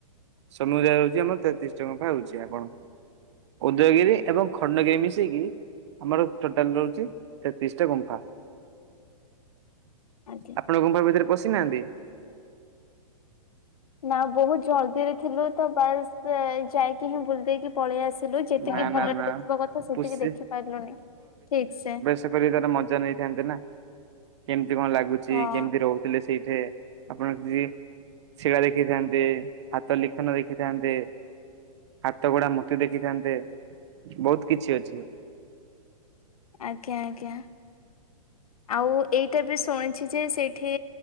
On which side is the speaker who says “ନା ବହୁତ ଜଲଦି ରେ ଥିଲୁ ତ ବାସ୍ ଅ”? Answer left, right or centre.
Left